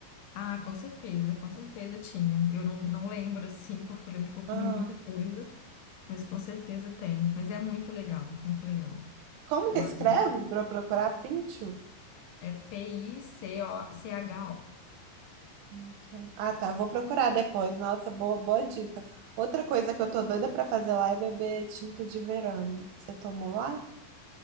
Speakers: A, on the left; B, on the right.
A: Ah, com certeza, com certeza tinha. Eu não, não lembro, assim, <laughs> porque eu lembro que eu comi
B: Ah,
A: muita coisa, mas com certeza tem. Mas é muito legal, muito legal.
B: como
A: Mas
B: que escreve para procurar pincho?
A: é P-I-C-O-C-H-O.
B: Isso. Ah, tá. Vou procurar depois. Nossa, boa, boa dica. Outra coisa que eu tô doida pra fazer lá é beber tinta de verano. Você tomou lá?